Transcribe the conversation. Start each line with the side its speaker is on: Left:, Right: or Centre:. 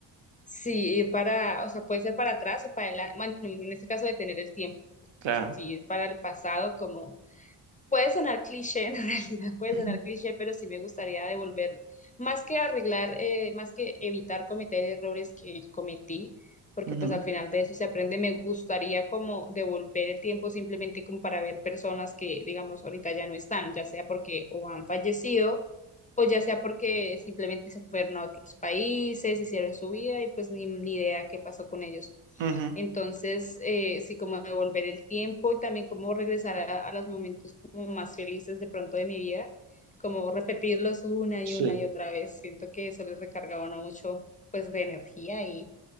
Left: Sí, ir para, o sea, puede ser para atrás o para adelante, bueno, en este caso de tener el tiempo,
Right: Claro.
Left: sí, para el pasado como Puede sonar cliché, <laughs> en realidad puede
Right: Ujú,
Left: sonar cliché, pero sí me gustaría devolver, más que arreglar, eh, más que evitar cometer errores que cometí, porque
Right: ujú,
Left: pues al final de eso se aprende, me gustaría como devolver el tiempo simplemente como para ver personas que, digamos, ahorita ya no están, ya sea porque o han fallecido o ya sea porque simplemente se fueron a otros países, hicieron su vida y pues ni, ni idea qué pasó con ellos.
Right: Ujú.
Left: Entonces, eh, sí, como devolver el tiempo y también como regresar a, a los momentos como más felices de pronto de mi vida, como repetirlos una
Right: Sí.
Left: y una y otra vez. Siento que eso les recargaba a uno mucho pues de energía y,